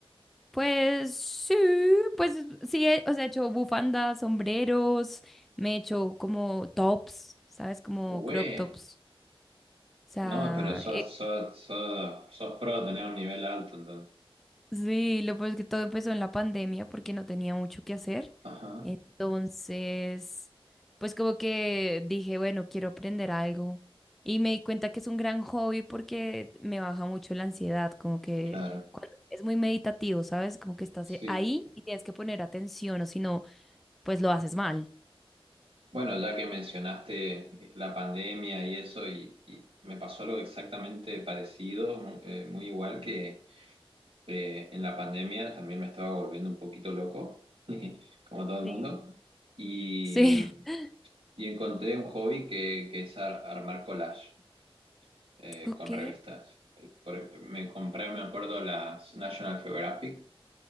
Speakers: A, in the centre; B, on the right.
A: Pues sí, pues sí, he- o sea, he hecho bufandas, sombreros, me he hecho como tops, ¿sabes? Como
B: Güey.
A: crop tops. O sea,
B: No, pero sos, sos, sos, sos pro, tenés un nivel alto entonces.
A: Sí, lo pues que todo empezó en la pandemia porque no tenía mucho que hacer.
B: Ajá,
A: Entonces, pues como que dije, bueno, quiero aprender algo. Y me di cuenta que es un gran hobby porque me baja mucho la ansiedad, como que
B: claro.
A: cuando es muy meditativo, ¿sabes? Como que estás
B: Sí.
A: eh, ahí y tienes que poner atención, o si no, pues lo haces mal.
B: Bueno, ya que mencionaste eh, la pandemia y eso, y, y me pasó algo exactamente parecido, mu- eh, muy igual que... eh, en la pandemia también me estaba volviendo un poquito loco, <laughs> como todo el
A: Sí.
B: mundo, y,
A: Sí. <laughs>
B: y encontré un hobby que, que es ar- armar collage eh,
A: Ok.
B: con revistas. Eh, por ej- me compré, me acuerdo, las National Geographic,